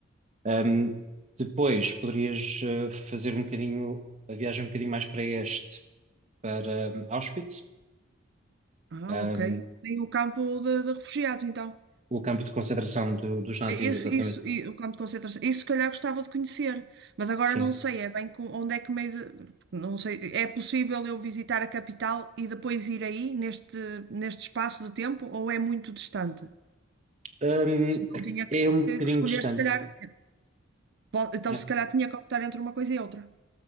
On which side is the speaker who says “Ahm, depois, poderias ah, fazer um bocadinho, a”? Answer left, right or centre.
Right